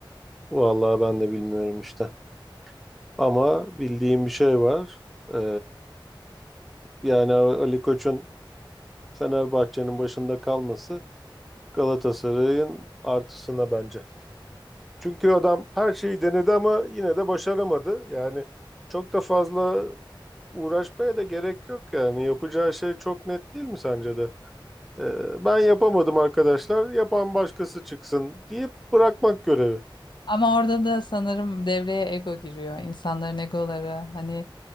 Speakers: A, in the centre; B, on the left.
A: Vallahi ben de bilmiyorum işte. Ama bildiğim bir şey var. Ee, yani Ali Koç'un Fenerbahçe'nin başında kalması Galatasaray'ın artısına bence. Çünkü adam her şeyi denedi ama yine de başaramadı. Yani çok da fazla uğraşmaya da gerek yok yani. Yapacağı şey çok net değil mi sence de? Ee, ben yapamadım arkadaşlar, yapan başkası çıksın deyip bırakmak görevi.
B: Ama orada da sanırım devreye ego giriyor. İnsanların egoları hani